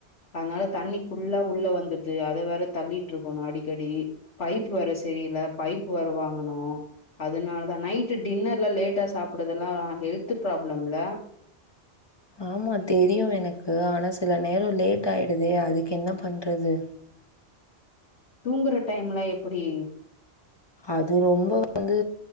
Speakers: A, on the left; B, on the left.
A: அதனால தண்ணி ஃபுல்லா உள்ள வந்துட்து அத வேற தள்ளிட்ருக்கணு அடிக்கடி பைப் வேர சரியில பைப் வேற வாங்கணு அதனாலதா நைட்டு டின்னர்ல லேட்டா சாப்புடதுலா ஹெல்த்து ப்ராப்ளம்ல
B: ஆமா தெரியும் எனக்கு ஆனா சில நேரம் லேட் ஆயிடுதே அதுக்கு என்ன பண்றது
A: தூங்குற டைம்ல எப்டி
B: அது ரொம்ப வந்து